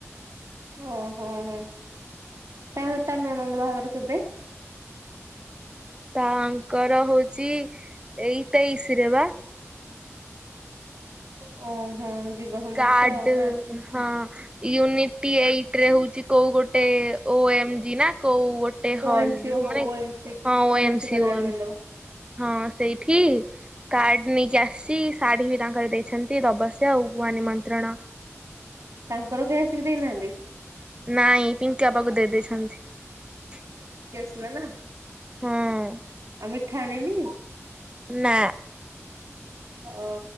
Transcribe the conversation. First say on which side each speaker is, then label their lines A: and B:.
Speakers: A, on the right (about 75°); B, on the right (about 20°).
A: ଓହୋ ହୋ ହଁ ତା ତା ନଣନ୍ଦ ବାହାଘର କେବେ?
B: ତାଙ୍କର ହଉଚି ଏଇ ତେଇଶି ରେ ବା।
A: ଓହୋ ଯିବ ସମସ୍ତେ
B: କାର୍ଡ
A: ଆଉ ନା
B: ହଁ ୟୁନିଟି ଏଇଟ ରେ ହଉଛି କୋଉ ଗୋଟେ ଓ ଏମ ଜି ନା କୋଉ ଗୋଟେ ହଲ୍
A: ଓ ଏମସି ଓହୋ
B: ମାନେ
A: ଓ ଏମସି
B: ହଁ
A: ଓ ଏମସି
B: ଏମ ସି
A: କଲ୍ୟାଣ
B: ଏମ
A: ମଣ୍ଡପ।
B: ସି ହଁ ସେଇଠି କାର୍ଡ ନେଇକି ଆସିଛି ଶାଢୀ ବି ତାଙ୍କର ଦେଇଛନ୍ତି ଦବସିଅ ଆଉ ଗୁଆ ନିମନ୍ତ୍ରଣ।
A: ତାଙ୍କର କେହି ଆସିକି ଦେଇନାହାନ୍ତି।
B: ନାଇଁ ପିଙ୍କି ଆପାକୁ ଦେଇ ଦେଇଛନ୍ତି।
A: କୁଲାନା।
B: ହଁ।
A: ମିଠା ଆଣିନି।
B: ନା
A: ଓ